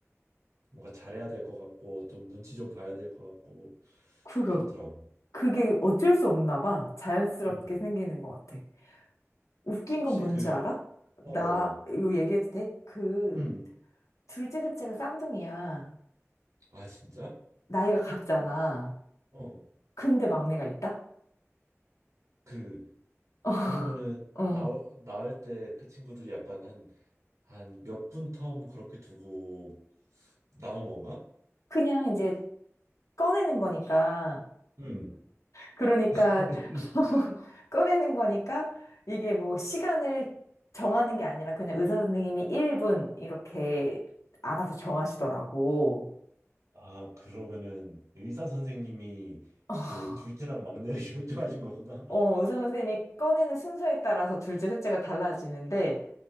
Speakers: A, on the right; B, on the left.
A: 뭔가 잘해야 될 것 같고 좀 눈치 좀 봐야 될 것 같고
B: 그거,
A: 그렇더라고.
B: 그게 어쩔 수 없나 봐. 자연스럽게
A: 음.
B: 생기는 것 같아. 웃긴
A: 혹시
B: 건 뭔지
A: 그
B: 알아?
A: 어,
B: 나,
A: 어.
B: 이거 얘기해도 돼? 그,
A: 음.
B: 둘째, 셋째가 쌍둥이야.
A: 아, 진짜?
B: 나이가 같잖아.
A: 어.
B: 근데 막내가 있다?
A: 그
B: <laughs>
A: 그러면은
B: 어.
A: 나 나올 때 그 친구들이 약간 한 한 몇 분 텀 그렇게 두고 나온 건가?
B: 그냥 이제 꺼내는 거니까.
A: 음.
B: 그러니까
A: <laughs>
B: <laughs> 꺼내는 거니까 이게 뭐 시간을 정하는 게 아니라 그냥 의사 선생님이 1분 이렇게 알아서 정하시더라고.
A: 아, 그러면은 의사 선생님이
B: <laughs> 아,
A: 그 둘째랑 막내를 <laughs> 결정하신 거구나.
B: 어, 의사 선생님이 꺼내는 순서에 따라서 둘째, 셋째가 달라지는데